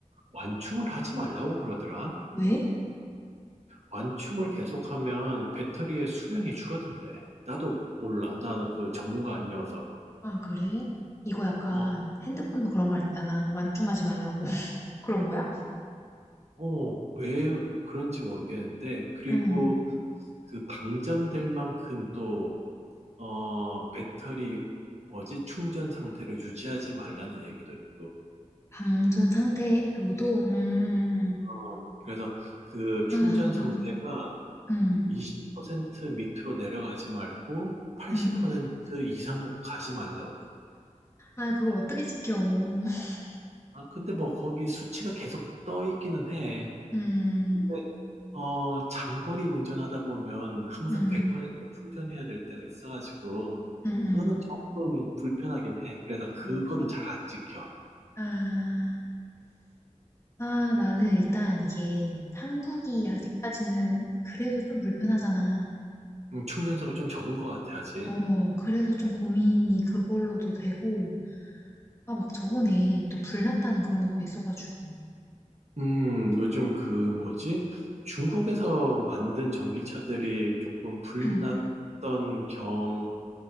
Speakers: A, on the right; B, on the left.
A: 완충을 하지 말라고 그러더라.
B: 왜?
A: 완충을 계속하면 배터리의 수명이 줄어든대. 나도 몰라. 나는 그 전문가 아니어서.
B: 아 그래? 이거 약간
A: 어,
B: 핸드폰도 그런 말 있잖아. 완충하지 말라고. <laughs> 그런 거야?
A: 어, 왜 그런지 모르겠는데, 그리고
B: 음.
A: 그 방전될 만큼 또, 어, 배터리, 뭐지, 충전 상태를 유지하지 말라는 얘기도 있고,
B: 방전 상태로도 음.
A: 어, 그래서 그 충전
B: 아.
A: 상태가
B: 음.
A: 20% 밑으로 내려가지 말고, 80%
B: 음.
A: 이상 가지 말라고.
B: 아 그걸 어떻게 지켜. <laughs>
A: 아, 근데 뭐 거기 수치가 계속 떠 있기는 해.
B: 음.
A: 근데 어, 장거리 운전하다 보면 항상
B: 음.
A: 네. 100% 충전해야 될 때가 있어가지고,
B: 음음.
A: 그거는 조금 불편하긴 해. 그래서 그거는
B: 음 음, 그래?
A: 잘 안 지켜.
B: 아. 아, 나는 일단 이게 한국이 아직까지는 그래도 좀 불편하잖아.
A: 음, 충전석을 좀 적은 것 같아, 아직.
B: 어, 그래서 좀 고민이 그걸로도 되고, 아, 막 저번에 또 불났다는 그런 것도 있어가지고.
A: 음, 요즘 그, 뭐지? 중국에서 만든 전기차들이 조금 불났던
B: <clears throat>
A: 경,